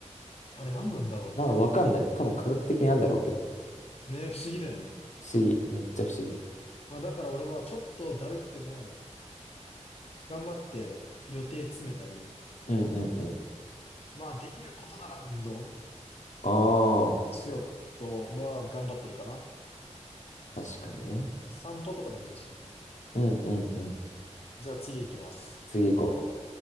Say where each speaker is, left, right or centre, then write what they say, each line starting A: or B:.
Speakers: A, on the left; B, on the left.
A: あれ何なんだろうね。
B: う。なんわかんない。多分科学的なんだろうけど。
A: ね、不思議だよね。
B: 不思議。めっちゃ不思議。
A: まあだから俺はちょっとだるくても、頑張って予定詰めたり、
B: うんうんうん。
A: まあできることなら運動
B: あ
A: しようとは頑張ってるかな。
B: あ。確かにね。
A: 散歩とかでもいいしね。
B: うんうんうん。
A: じゃあ次行きます。
B: 次行こ